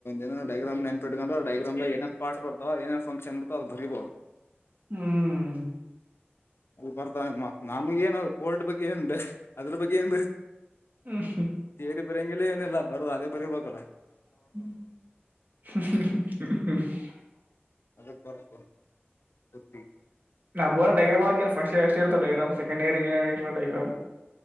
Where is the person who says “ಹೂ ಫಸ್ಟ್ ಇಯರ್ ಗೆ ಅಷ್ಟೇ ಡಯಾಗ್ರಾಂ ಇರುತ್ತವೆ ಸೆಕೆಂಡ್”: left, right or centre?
Right